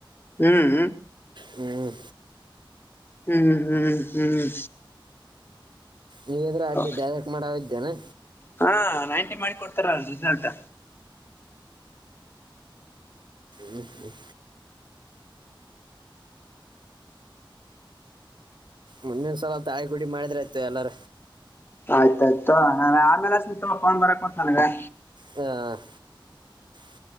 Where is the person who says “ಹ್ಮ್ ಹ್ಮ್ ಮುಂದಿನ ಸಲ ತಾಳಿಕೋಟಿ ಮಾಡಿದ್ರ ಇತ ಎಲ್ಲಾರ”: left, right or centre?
Right